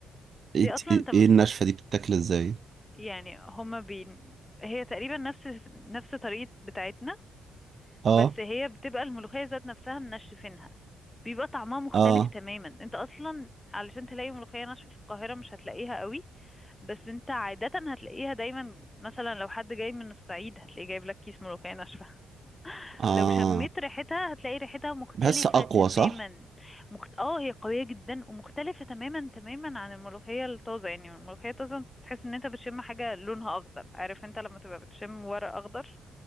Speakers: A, on the left; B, on the right.
A: دي
B: إيه
A: اصلا
B: إيه-
A: انت
B: إيه النشفة دي بتتاكل إزاي؟
A: يعني هما بي... هي تقريبا نفس نفس طريقة بتاعتنا
B: آه
A: بس هي بتبقى الملوخية ذات نفسها منشفينها بيبقى طعمها مختلف
B: آه
A: تماما انت اصلا علشان تلاقي ملوخية ناشفة في القاهرة مش هتلاقيها قوي بس انت عادة هتلاقيها دايما مثلا لو حد جاي من الصعيد هتلاقيه جايب لك كيس ملوخية ناشفة
B: آه
A: لو شميت ريحتها هتلاقي ريحتها مختلفة
B: بحس أقوى
A: تماما
B: صح؟
A: مخت... اه هي قوية جدا ومختلفة تماما تماما عن الملوخية الطازة يعني الملوخية الطازة تحس ان انت بتشم حاجة لونها اخضر عارف انت لما تبقى بتشم ورق اخضر